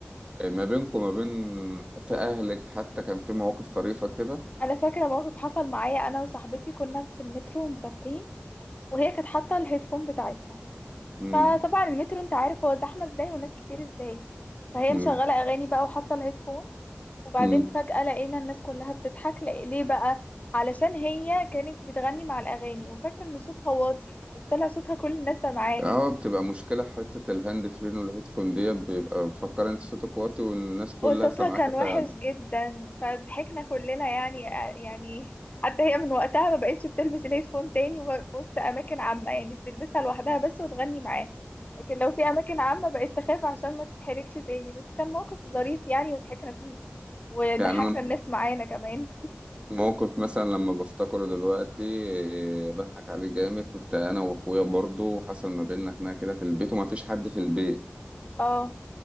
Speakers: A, on the right; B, on the left.
A: ما بينكم ما بين في أهلك حتى كان في مواقف طريفة كده
B: انا فاكره موقف حصل معايا انا وصاحبتي كنا في المترو ومسافرين وهي كانت حاطه الهيدفون بتاعتها
A: امم
B: فطبعا المترو انت عارف هو زحمه ازاي وناس كتير ازاي فهي
A: امم
B: مشغله اغاني بقى وحاطه الهيدفون وبعدين
A: امم
B: فجأة لقينا الناس كلها بتضحك لق- ليه بقى علشان هي كانت بتغني مع الأغاني وفاكرة إن صوتها واطي بس طلع صوتها كل الناس سامعاه
A: اه بتبقى مشكلة حتة الهاند فرين والهيدفون دي بيبقى مفكر انت صوتك واطي والناس كلها
B: وصوتها
A: سامعاك
B: كان
A: فعلا
B: وحش جدا فضحكنا كلنا يعني آه، يعني حتى هي من وقتها ما بقتش بتلبس الهيدفون تاني و- في وسط أماكن عامة يعني بتلبسها لوحدها بس وتغني معاه لكن لو في أماكن عامة بقت تخاف عشان ما تتحركش تاني بس كان موقف ظريف يعني وضحكنا فيه وضحكنا
A: يعني انا
B: الناس معانا كمان
A: موقف مثلا لما بفتكره دلوقتي إيه، بضحك عليه جامد كنت انا واخويا برضو وحصل ما بيننا خناقة كده في البيت وما فيش حد في البيت
B: <laughs> اه